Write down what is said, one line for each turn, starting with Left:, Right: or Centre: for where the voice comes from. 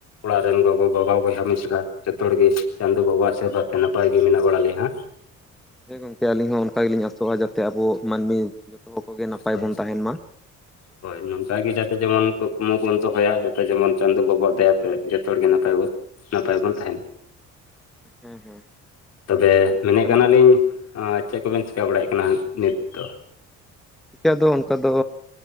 Left: ᱚᱲᱟᱜ ᱨᱮᱱ ᱜᱚᱜᱚᱼᱵᱟᱵᱟ ᱵᱚᱭᱦᱟ ᱢᱤᱥᱨᱟ ᱡᱚᱛᱚ ᱦᱚᱲ ᱜᱮ ᱪᱟᱸᱫᱳ ᱵᱟᱵᱟᱣᱟᱜ ᱟᱥᱤᱨᱵᱟᱫᱽ ᱛᱮ ᱱᱟᱯᱟᱭ ᱜᱮ ᱢᱮᱱᱟᱜ ᱵᱟᱲᱟ ᱞᱮᱭᱟ
Centre: ᱦᱮᱸ ᱜᱚᱝᱠᱮ ᱟᱹᱞᱤᱧ ᱦᱚᱸ ᱚᱱᱠᱟ ᱜᱮᱞᱤᱧ ᱟᱥᱚᱜᱼᱟ ᱡᱟᱛᱮ ᱟᱵᱚ ᱢᱟᱹᱱᱢᱤ ᱡᱚᱛᱚ ᱦᱚᱲ ᱠᱚᱜᱮ ᱱᱟᱯᱟᱭ
Left: ᱦᱳᱭ
Centre: ᱵᱚᱱ ᱛᱟᱦᱮᱱ ᱢᱟ
Left: ᱦᱳᱭ ᱱᱚᱝᱠᱟ ᱜᱮ ᱡᱟᱛᱮ ᱡᱮᱢᱚᱱ ᱠᱩᱠᱢᱩ ᱵᱚᱱ ᱫᱚᱦᱚᱭᱟ ᱡᱟᱛᱮ ᱡᱮᱢᱚᱱ ᱪᱟᱸᱫᱳ ᱵᱟᱵᱟᱣᱟᱜ ᱫᱟᱭᱟᱛᱮ ᱡᱚᱛᱚ ᱦᱚᱲᱜᱮ ᱱᱟᱯᱟᱭ ᱵᱚᱱ ᱼᱼᱼ ᱱᱟᱯᱟᱭ ᱵᱚᱱ ᱛᱟᱦᱮᱱᱼᱼᱢᱟ
Centre: ᱦᱮᱸ ᱦᱮᱸ᱾
Left: ᱛᱚᱵᱮ
Centre: ᱟᱫᱚ
Left: ᱢᱮᱱᱮᱫ
Centre: ᱛᱟᱦᱚᱞᱮ
Left: ᱠᱟᱱᱟᱞᱤᱧ ᱪᱮᱫ ᱠᱚᱵᱮᱱ ᱪᱮᱠᱟ ᱵᱟᱲᱟᱭᱮᱫ ᱠᱟᱱᱟ ᱱᱤᱛ ᱫᱚ?
Centre: ᱪᱤᱠᱟᱹᱫᱚ ᱚᱱᱠᱟ ᱫᱚ